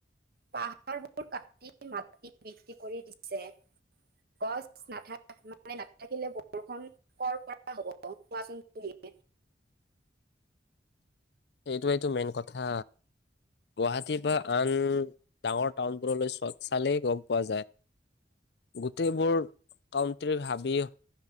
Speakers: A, on the right; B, on the left.
A: পাহাৰবোৰ কাটি মাটি বিক্ৰী কৰি দিছে। গছ নাথ মানে নাথাকিলে বৰষুণ কৰ পৰা হ'ব কোৱাছোন তুমিএই।
B: হেইটোৱেইতো মেইন কথা। গুৱাহাটীৰ বা আন ডাঙৰ টাউনবোৰলৈ চ চালেই গম পোৱা যায়। গোটেইবোৰ কাউন্ট্ৰীৰ হাবিএই